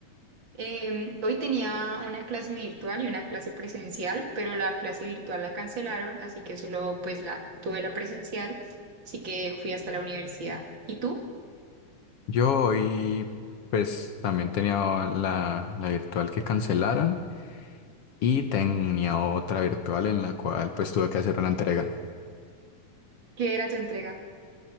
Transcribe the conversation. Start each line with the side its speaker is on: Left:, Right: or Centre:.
Right: Em, hoy tenía una clase virtual y una clase presencial, pero la clase virtual la cancelaron, así que solo pues la tuve la presencial, así que fui hasta la universidad. ¿Y tú?
Left: Yo hoy, pues también tenía la, la virtual que cancelaron y tenía otra virtual en la cual pues tuve que hacer una entrega.
Right: ¿Qué era tu entrega?